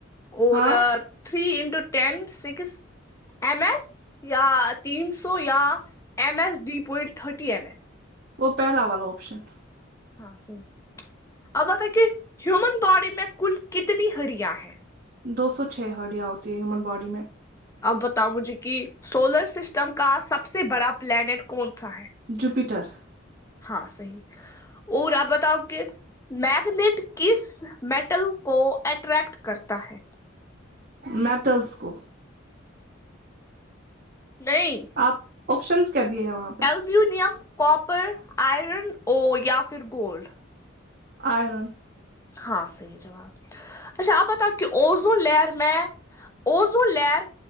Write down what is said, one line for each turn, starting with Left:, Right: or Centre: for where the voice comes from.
Left: اور
Right: ہاں
Left: three into ten six M S یا تین سو یا M S D point thirty M S
Right: وہ پہلا والا آپشن
Left: ہاں صحیح اب بتاے کہ ہیومن باڈی میں کل کتنی ہڈیاں ہیں
Right: دو سو چھ ہڈیاں ہوتی ہے ہیومن باڈی میں
Left: اب بتاؤ مجھے کہ سولر سسٹم کا سب سے بڑا پلانیٹ کون سا ہے
Right: جوپیٹر
Left: ہاں صحیح اور آپ بتاؤ کے میگنیٹ کس میٹل کو اٹریکٹ کرتا ہے
Right: میٹلس کو
Left: نہیں
Right: آپ آپشنس کیا دیے ہیں وہاں پہ
Left: امینیم کاپر آئرن اور یا پھر گولڈ
Right: آئرن
Left: ہاں صحیح جواب اچھا آپ بتاؤ کہ اوزو لر میں اوزو لر